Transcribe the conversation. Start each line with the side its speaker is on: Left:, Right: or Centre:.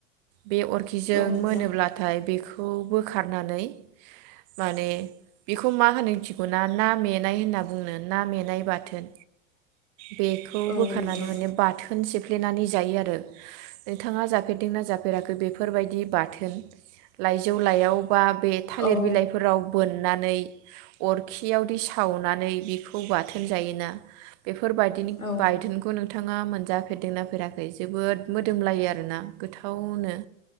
Right: बे अरखिजों
Left: नोंथां
Right: मोनोब्लाथाय बेखौ बोखारनानै माने बेखौ मा होनो मोथिगौना ना मेनाय होनना बुंनो ना मेनाय बाथोन। बेखौ
Left: औ नोंथां
Right: बोखारनानै माने बाथोन सिफ्ले देनानै जायो आरो नोंथाङा जाफेर जाफेरदोंना जाफेराखै बेफोरबायदि बाथोन लाइजौ लाइआव बा बे थालिर
Left: औ
Right: बिलाइफोराव बोन नानै अरखियावदि सावनानै बिखौ बाथोन जायोना बेफोर बेरफोरबायदिनि
Left: औ
Right: बायथोनखौ नुनो नोंथाङा मोनजाफेरदोंना फेराखै जोबोद मोदोमलायो आरोना। गोथावनो।